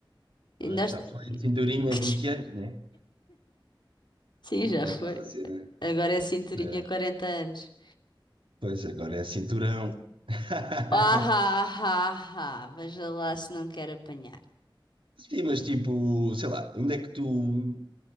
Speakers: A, on the right; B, on the left.
A: pois,
B: E nós...
A: já foi cinturinha
B: <laughs>
A: há 20 anos, né?
B: Sim, já
A: Aquela
B: foi.
A: cena.
B: Agora é cinturinha
A: É,
B: 40 anos.
A: pois agora é cinturão. <laughs>
B: Ah, ah, ah, ah. ah. Veja lá se não quer apanhar.
A: Sim, mas tipo, sei lá, onde é que tu